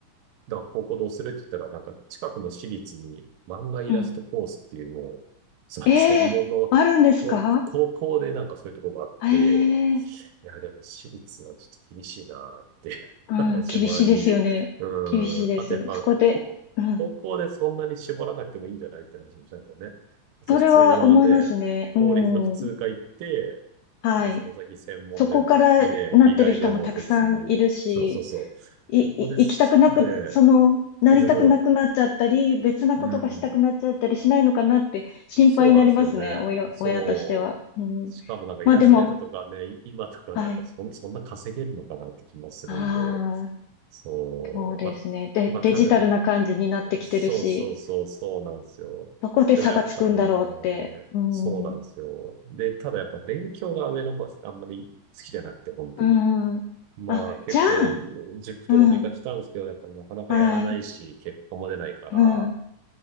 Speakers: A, on the right; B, on the left.
A: だから高校どうするって言ったら、なんか近くの私立に漫画イラストコースっていうもう、
B: うん。
A: それ専門のここ高校でなんかそういうとこがあって、
B: ええあるんですかええ
A: いや、でも私立はちょっと厳しいなっていう
B: うん。
A: <laughs> 話もあり、
B: 厳しいですよね。
A: うん、
B: 厳しいです。
A: あとやっぱ高、
B: そこで、うん。
A: 高校でそんなに絞らなくてもいいんじゃないって話もしたんですよね。別に普通のね、
B: それは思いますね。
A: 公立の普通科行って、
B: うん。はい。
A: まあ、その先専門でもね、
B: そこからなってる人もたくさんいるし、
A: 美大でも別に、そうそうそう。
B: い、
A: そこですね。
B: い、行きたくなく、その、なりたくなくなっちゃったり、
A: そ
B: 別なことがしたくなっちゃったりしないのかなって心配になりますね、
A: う。うん。そうなんですよね。
B: 親、
A: そう。
B: 親としては。うん。
A: しかもなんかイラストレーターとかね、
B: まあでも、
A: い今とかなんかそん、
B: はい。
A: そんな稼げるのかなって気もするんで。
B: ああ、
A: そう。
B: そうですね。
A: ま、
B: で、
A: まあ、ただ、
B: デジタルな感じになってきてるし、
A: そうそうそう、そうなんですよ。
B: どこで差がつくんだろうって。
A: でもやっぱね、
B: うん。
A: そうなんですよ。で、ただやっぱ勉強が上の子はあんまり好きじゃなくて、本当に。
B: うん。
A: まあ結構塾とかも行かしたんですけど、
B: あ、じゃあ、うん。
A: やっぱりなかなかやらないし、
B: はい。
A: 結果も出ないから、
B: うん。